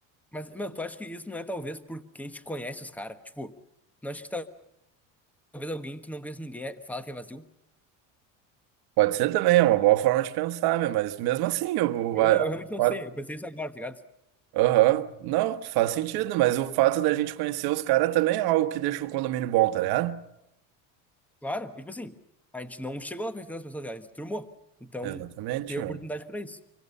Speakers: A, in the centre; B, on the right (about 70°).
A: Mas, meu, tu acha que isso não é talvez porque a gente conhece os caras? Tipo, não acho que talvez alguém que não conhece ninguém é- fala que é vazio?
B: Pode ser também, é uma boa forma de pensar, meu, mas mesmo assim, o.
A: Eu,
B: o- a-
A: não- eu realmente não
B: a-
A: sei, eu pensei isso agora, tá ligado?
B: Aham, Não, faz sentido, mas o fato da gente conhecer os caras também é algo que deixa o condomínio bom, tá ligado?
A: Claro, e, tipo assim, a gente não chegou lá conhecendo as pessoas, tá ligado? A gente turmou. Então,
B: Exatamente,
A: ter oportunidade
B: meu.
A: pra isso.